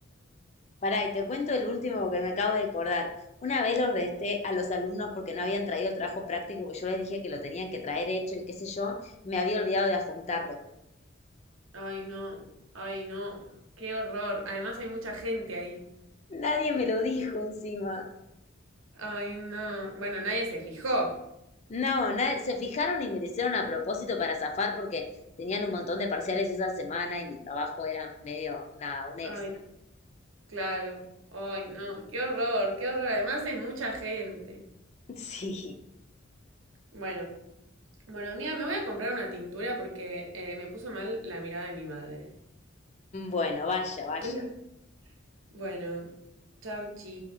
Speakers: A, on the left; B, on the right.
A: Pará, y te cuento el último que me acabo de acordar. Una vez los resté a los alumnos porque no habían traído el trabajo práctico que yo les dije que lo tenían que traer hecho y qué sé yo, y me había olvidado de adjuntarlo.
B: Ay, no, ay, no, qué horror. Además hay mucha gente ahí.
A: Nadie me lo dijo encima.
B: Ay, no. Bueno, nadie se fijó.
A: No, na- se fijaron y me lo hicieron a propósito para zafar porque tenían un montón de parciales esa semana y mi trabajo era medio, nada, un extra.
B: Ay, claro. Ay, no, qué horror, qué horror. Además es mucha gente.
A: <laughs> Sí.
B: Bueno, bueno, amiga, me voy a comprar una tintura porque eh, me puso mal la mirada de mi madre.
A: Bueno, vaya, vaya.
B: <laughs> Bueno, chau, chi.